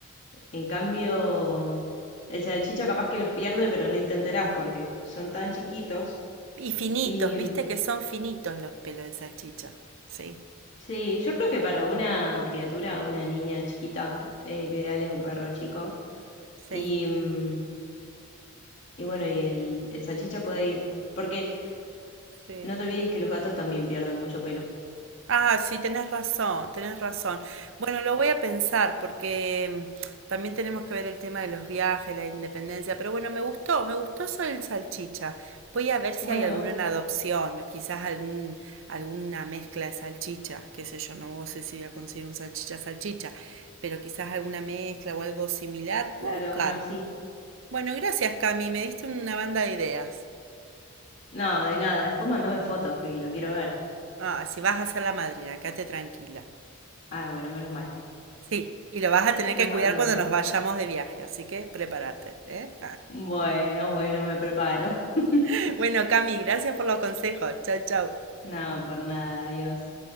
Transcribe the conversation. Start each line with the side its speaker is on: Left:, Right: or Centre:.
Left: En cambio, el salchicha capaz que los pierde, pero no te enterás porque son tan chiquitos.
Right: Y finitos,
Left: Y
Right: viste
Left: mm,
Right: que son finitos los pelos de salchicha. Sí,
Left: sí, yo creo que para una criatura, una niña chiquita, eh, lo ideal es un perro chico.
Right: sí,
Left: Y, mm, y bueno, y el, el salchicha puede ir, porque
Right: sí.
Left: no te olvides que los gatos también pierden mucho pelo.
Right: Ah, sí, tenés razón, tenés razón. Bueno, lo voy a pensar porque mm, también tenemos que ver el tema de los viajes, la independencia, pero bueno, me gustó, me gustó eso del salchicha. Voy a ver si
Left: Bueno,
Right: hay alguno en adopción o quizás algún, alguna mezcla de salchicha, qué sé yo, no no sé si voy a conseguir un salchicha salchicha, pero quizás alguna mezcla o algo similar,
Left: Claro,
Right: puedo buscar.
Left: uno así.
Right: Bueno, gracias Cami, me diste una banda de ideas.
Left: No, de nada. Después mandame fotos, que lo quiero ver.
Right: Ah, si vas a ser la madrina, quédate tranquila.
Left: Ah, bueno, menos mal.
Right: Sí, y lo vas a tener
Left: Nos
Right: que cuidar
Left: hablamos.
Right: cuando nos vayamos de viaje, así que prepárate, ¿eh?
Left: Bueno, bueno, me preparo. <laughs>
Right: <laughs> Bueno, Cami, gracias por los consejos. Chau, chau.
Left: No, por nada, adiós.